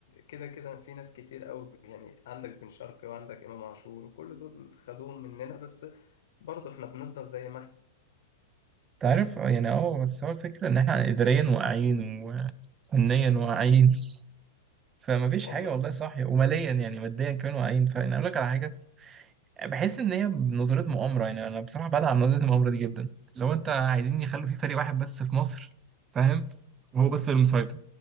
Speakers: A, on the left; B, on the right.
A: كده كده في ناس كتير قوي يعني عندك بن شرقي وعندك امام عاشور وكل دول خدوهم مننا بس برضه احنا بنفضل زي ما احنا
B: تعرف آه، يعني اه بس هو الفكرة إن إحنا إداريا واقعين وفنيا واقعين فمفيش
A: والله
B: حاجة والله صاحية وماليا يعني ماديا كمان واقعين فأنا أقول لك على حاجة بحس ان هي نظريه مؤامره يعني انا بصراحه بعد عن نظريه المؤامره دي جدا لو انت عايزين يخلوا في فريق واحد بس في مصر فاهم وهو بس اللي مسيطر